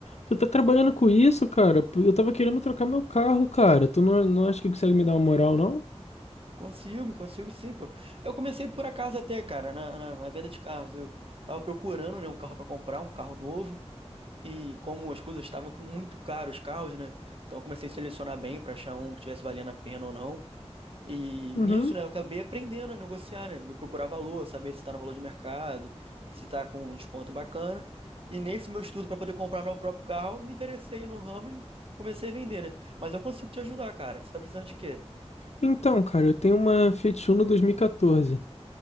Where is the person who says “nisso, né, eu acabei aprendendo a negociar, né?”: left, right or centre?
Right